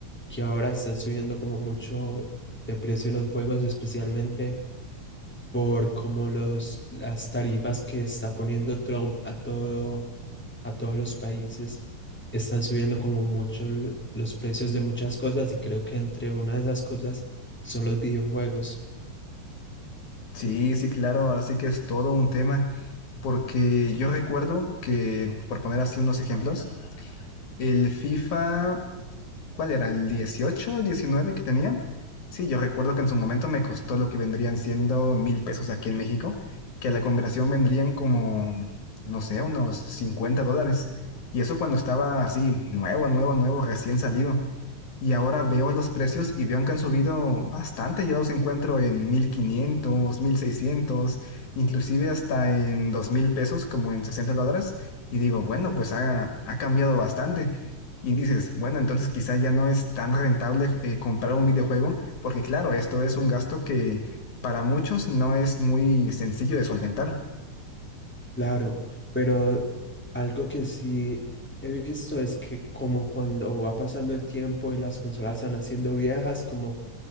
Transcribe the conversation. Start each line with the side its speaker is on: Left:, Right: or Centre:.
Centre: que ahora están subiendo como mucho de precio los juegos, especialmente por como los, las tarifas que está poniendo Trump a todo, a todos los países, están subiendo como mucho l- los precios de muchas cosas y creo que entre una de esas cosas son los videojuegos.
Left: Sí, sí, claro, ahora sí que es todo un tema. Porque yo recuerdo que, por poner así unos ejemplos, el FIFA, ¿cuál era? ¿El 18, 19 que tenía? Sí, yo recuerdo que en su momento me costó lo que vendrían siendo mil pesos aquí en México, que a la conversión vendrían como, no sé, unos 50 dólares. Y eso cuando estaba así, nuevo, nuevo, nuevo, recién salido. Y ahora veo los precios y veo que han subido bastante. Ya los encuentro en mil quinientos mil seiscientos inclusive hasta en 2000 pesos, como en 60 dólares. Y digo, bueno, pues ha, ha cambiado bastante. Y dices, bueno, entonces quizá ya no es tan rentable eh, comprar un videojuego, porque claro, esto es un gasto que para muchos no es muy sencillo de solventar.
Centre: Claro, pero algo que sí he visto es que como cuando va pasando el tiempo y las consolas se van haciendo viejas, como